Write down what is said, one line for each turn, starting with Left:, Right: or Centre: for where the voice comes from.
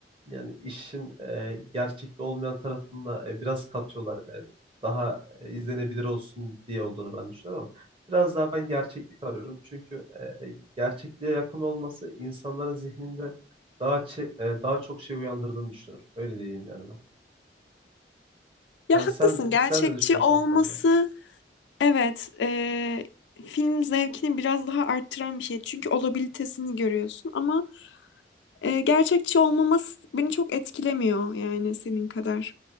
Right: yani işin e, gerçekte olmayan tarafında e, biraz katıyorlar. E, daha e, izlenebilir olsun diye olduğunu ben düşünüyorum ama biraz daha ben gerçeklik arıyorum. Çünkü e, gerçekliğe yakın olması insanların zihninde daha çe- e, daha çok şey uyandırdığını düşünüyorum. Öyle diyeyim yani ben.
Left: Ya
Right: Yani
Left: haklısın
Right: sen
Left: gerçekçi
Right: sen ne düşünüyorsun
Left: olması
Right: bu konuda?
Left: evet eee, film zevkini biraz daha arttıran bir şey çünkü olabilitesini görüyorsun ama E, gerçekçi olmaması beni çok etkilemiyor yani senin kadar.